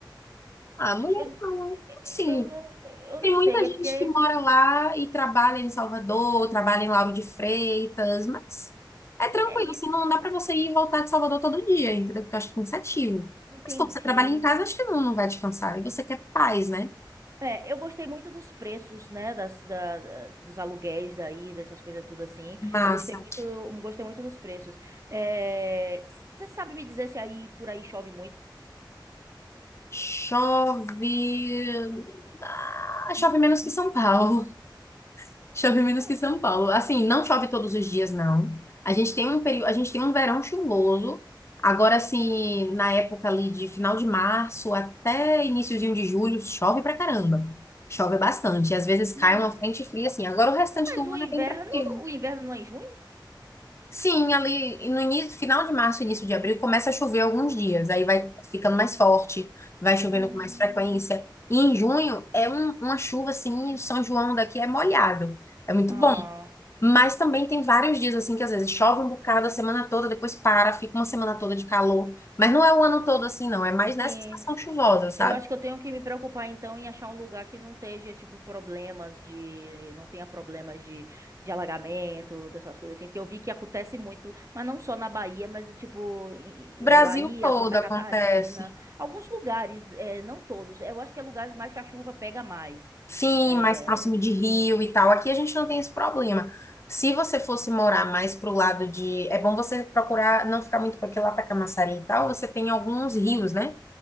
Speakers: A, on the left; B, on the right.
A: Ah, mulher
B: Eu, é,
A: não.
B: é,
A: Assim,
B: eu não, eu
A: tem
B: não sei,
A: muita
B: é
A: gente
B: porque
A: que mora lá e trabalha em Salvador, trabalha em Lauro de Freitas, mas é tranquilo,
B: é isso,
A: assim, não
B: né?
A: dá pra você ir e voltar de Salvador todo dia, entendeu? Porque eu acho cansativo.
B: Entendi.
A: Mas como você trabalha em casa, acho que não, não vai te cansar. E você quer paz, né?
B: É, eu gostei muito dos preços, né, das, da, da- dos aluguéis daí, dessas coisas tudo assim.
A: Massa.
B: Eu gostei muito, gostei muito dos preços. É, você sabe me dizer se aí por aí chove muito?
A: Chove. Ah, chove menos que São Paulo. Chove menos
B: Hum,
A: que São Paulo. Assim, não chove todos os dias, não. A gente tem um período, a gente tem um verão chuvoso. Agora, assim, na época ali de final de março até iniciozinho de julho, chove pra caramba. Chove bastante. Às vezes cai
B: hum.
A: uma frente fria, assim. Agora o restante
B: Mas
A: do ano
B: o inverno,
A: é bem tranquilo.
B: o inverno não é em junho?
A: Sim, ali no início, final de março, início de abril, começa a chover alguns dias. Aí vai ficando mais forte, vai chovendo
B: Hum,
A: com mais frequência. E em junho é um- uma chuva assim, São João daqui é molhado. É muito
B: ah,
A: bom. Mas também tem vários dias assim que às vezes chove um bocado a semana toda, depois para, fica uma semana toda de calor. Mas não é o ano todo assim, não. É mais nessa
B: sim.
A: estação chuvosa, sabe?
B: Eu acho que eu tenho que me preocupar então em achar um lugar que não esteja, tipo, problemas de. Não tenha problemas de, de alagamento, dessas coisas assim, porque eu vi que acontece muito, mas não só na Bahia, mas tipo, em,
A: Brasil
B: em é Bahia,
A: todo
B: Santa
A: acontece.
B: Catarina, alguns lugares, é, não todos. Eu acho que é lugares mais que a chuva pega mais.
A: Sim,
B: É,
A: mais próximo de Rio e tal. Aqui a gente não tem esse problema. Se você fosse morar mais pro lado de. É bom você procurar não ficar muito para aquele lá para Camaçari e tal. Você tem alguns rios, né?